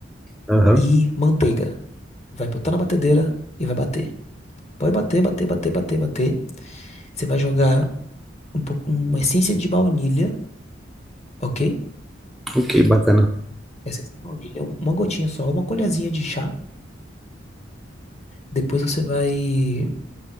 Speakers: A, in the centre; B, on the left (about 35°).
A: Aham.
B: E manteiga. Vai botar na batedeira e vai bater. Pode bater, bater, bater, bater, bater. Você vai jogar um pouco, uma essência de baunilha, ok?
A: Ok, bacana.
B: Essência de baunilha, um- uma gotinha só, uma colherzinha de chá Depois você vai